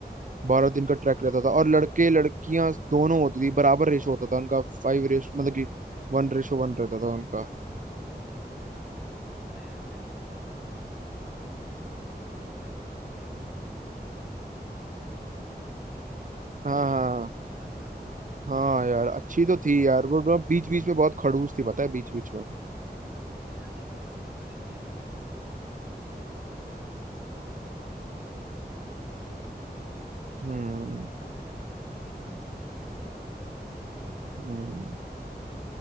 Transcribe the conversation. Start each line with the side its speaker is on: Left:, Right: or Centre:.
Centre: अच्छा
Right: बारह दिन का ट्रैक रहता था और लड़के लड़कियां दोनों होती थी बराबर रेशो होता था उनका फाइव रेश मतलब कि वन रेशो वन रहता था उनका
Centre: अरे यार अरे यार मेरे को तो पता है वही चीजें याद आती है वो एक जो अपनी इंग्लिश वाली टीचर थी जो भाई बहुत प्यार से बात करती थी हमेशा उनने बहुत सपोर्ट
Right: हाँ
Centre: किया
Right: हाँ
Centre: यार हम लोगों को पता है याद है ना
Right: हाँ
Centre: बहुत
Right: यार अच्छी
Centre: बढ़िया टीचर
Right: तो
Centre: थी
Right: थी यार वो बीच बीच में बहुत खड़ूस थी पता है बीच बीच में
Centre: बीच बीच में यार देख अब गलती करेंगे नंबर नहीं आएंगे तो थोड़ा खड़ूस होना पड़ता है वरना फिर ना हम भी तो नहीं पढ़ते थे ना जब वो कहती थी बाद में फिर हम
Right: हम्म
Centre: ही चिल्लम चिल्ली करते थे वो बढ़िया थी यार बहुत पता नहीं आजकल कहाँ है कुछ
Right: हम्म
Centre: पता नहीं है उनका भी